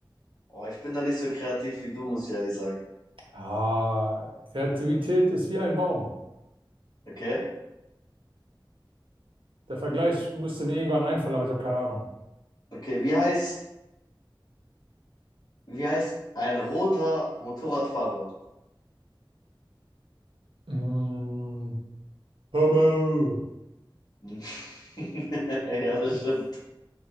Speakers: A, on the left (about 50°); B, on the right (about 80°).
A: Oh, ich bin da nicht so kreativ wie du, muss ich ehrlich sagen.
B: Ah, Kreativität ist wie ein Baum.
A: Okay?
B: Der Vergleich müsste mir irgendwann einfallen, aber ich habe keine Ahnung.
A: Okay, wie heißt, wie heißt ein roter Motorradfahrer?
B: Mm, Homo.
A: Hm. <laughs> Ja, das
B: <laughs>
A: stimmt.